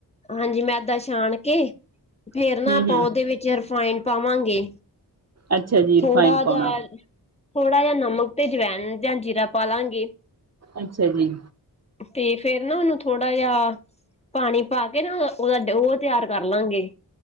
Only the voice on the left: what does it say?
ਹਾਂਜੀ ਮੈਂ ਇਦਾਂ ਛਾਣ ਕੇ ਫੇਰ
ਨਾ ਆਪਾਂ
ਉਹਦੇ ਵਿੱਚ ਰਿਫਾਈਨ ਪਾਵਾਂਗੇ।
ਥੋੜਾ
ਜਹਾ ਥੋੜ੍ਹਾ ਜਹਾ ਨਮਕ ਤੇ ਜਵੈਣ ਜਾਂ ਜੀਰਾ ਪਾ ਲਾਂਗੇ।
ਤੇ ਫੇਰ ਨਾ ਉਹਨੂੰ ਥੋੜਾ ਜਿਹਾ ਪਾਣੀ ਪਾ ਕੇ ਨਾ ਉਹਦਾ ਉਹ ਤਿਆਰ ਕਰ ਲਾਂਗੇ।